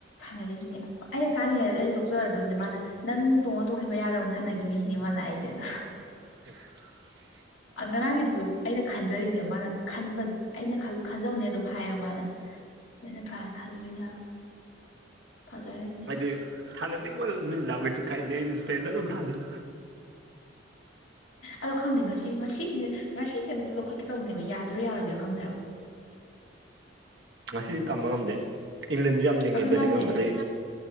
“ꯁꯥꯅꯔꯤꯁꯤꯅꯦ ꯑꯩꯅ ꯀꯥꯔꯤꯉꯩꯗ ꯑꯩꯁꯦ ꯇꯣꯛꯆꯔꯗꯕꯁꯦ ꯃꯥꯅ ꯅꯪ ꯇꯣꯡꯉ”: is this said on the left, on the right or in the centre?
Left